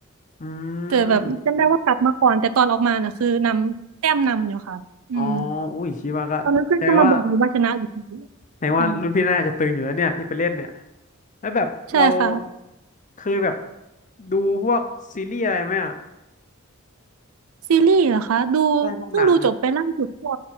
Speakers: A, on the left (about 35°); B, on the right (about 75°).
A: อื
B: แต่แบบจำได้ว่ากลับมาก่อนแต่ตอนออกมาน่ะคือนำแต้มนำอยู่ค่ะอืม
A: มอ๋ออุ้ยชิว่าก็แปลว่า
B: ตอนนั้นเพื่อนก็มาบอกอยู่ว่าชนะอยู่ดี
A: แปลว่ารุ่นพี่น่าจะตึงอยู่แล้วเนี่ยที่ไปเล่นเนี่ย
B: ค่ะ
A: แล้วแบบเรา
B: ใช่ค่ะ
A: เคยแบบดูพวกซีรีส์อะไรไหมอะ
B: ซีรีส์เหรอคะดู
A: ได้พวกหนังอะ
B: เพิ่งดูจบไปล่าสุดก็